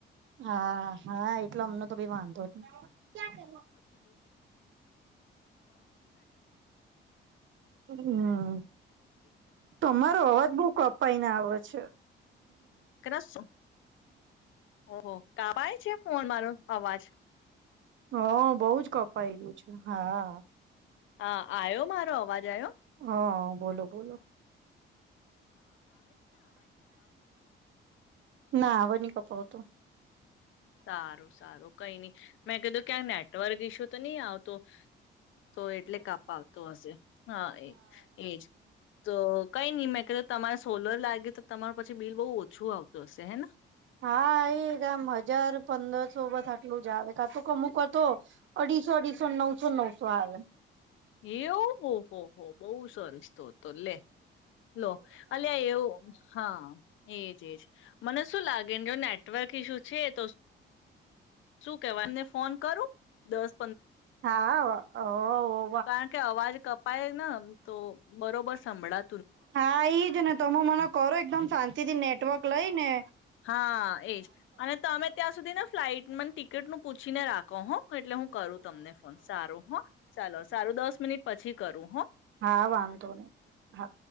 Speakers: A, on the right (about 70°); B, on the left (about 75°).
A: ਹਾਂ ਹਾਂ, ਇਕਲਾ ਅਮੀ ਤਭੀ ਮਾਣ ਤੇ ਕੁ ਹ ਹੂੰ। ਤੁਮਾਰੋ ਅਵਾਜ ਬਹੁ ਕਪਾਈ ਨਾ ਆਵੇ ਛ। <unintelligible>
B: ਕਰੱਸੋ। ਹੋ ਕਾਵਾਏ ਛੇ ਫੋਨ ਮਾਰੋ ਅਵਾਜ
A: ਹਾਂ ਬਹੁਜ ਕਪਾਈ ਹੁਛ, ਹਾਂ। ਹਾ।
B: ਹਾਂ ਆਇਓ ਮਾਰੋ ਅਵਾਜ ਆਇਓ
A: ਹਾਂ ਬੋਲੋ ਬੋਲੋ ਨਾ ਵੋ ਨੀ ਕਪ ਤੋ
B: ਸਾਰੋ ਸਾਰੋ ਕਈ ਨੀ ਮੈਂ ਕਦੋ ਕਿਆ ਨੈਟਵਰਕ ਇਸ਼ੂ ਨਹੀ ਆਓ ਤੋਂ ਇਹਟਲੇ ਕਪਾਂ ਆਤ ਹਸ ਹਾਂ ਇਹ ਇਹਜ ਕਈ ਨੀ ਮੈਂ ਕ ਸੋਲਰ ਲਗਗੇ ਤਾਂ ਪੀ ਬੀਿਲ ਬਹੁ ਛੁ ਆਤ ਹਸ ਹੈ ਨਾ
A: ਹਾਂ ਏ ਗਮ ਹਜ਼ਾਰ ਪੰਦਰ ਸੌ ਬਸ ਆਟਲ ਜਾਵੇ ਕ ਤੂੰ ਕਮੁਕ ਅੜੀ ਸੌ ਅੜੀ ਸੌ ਨ ਸੌ ਸੌ ਨੌ ਸੌ ਆਲ
B: ਇਹ ਫੋ ਫੋ ਫੋ ਬਹੁ ਸਰਸ ਤੋਂਤ ਲੈ ਲੋ ਅਲਆ ਇਹ ਹਾਂ ਏਜ ਜ ਮਨ ਸ਼ੂ ਲਗੇ ਜੋ ਨੇੈਟਵਰਕ ਇਈਸ਼ੂ ਸ਼ ਕਹਿਵਾ ਫੋਨ ਕਰੋ ਦੱਸ
A: ਹਾਂ ਉਹ
B: ਕਾਰਣ ਕੇ ਅਵਾਜ ਕਪਾਏ ਨਾ- ਤੋ ਬਰੋਬਰ ਸੰਭਲਾ
A: ਹਾਂ, ਈਜ ਨੇ ਤ ਮ ਮਨ ਕਰੋ ਇੱਕਦਮ ਸ਼ਾਂਤੀ ਦੀ ਨੇੈਟਵਰਕ ਲਈ ਨੇ।
B: ਹਾਂ <unintelligible> ਤ ਤਿਆ ਸੁਧੀ ਨਾ ਫਲਾਈਟ ਮਨ ਟਿਕੀਟ ਨੂੰ ਪੁੱਛੀ ਨੇ ਰੱਖੋ ਹ ਇਹ ਹੁ ਕਰ ਤਮਣੇ ਫੋਨ ਸਾਰੂ ਹਾਂ ਚਲੋ ਸਾਰੂ ਦਸ ਮਟ ਮਹ ਪੱਛੀ ਕਰੂ ਹਾਂ
A: ਹਾਂ <unintelligible> ਵਦ ਨਹੀਂ ਹਾਂ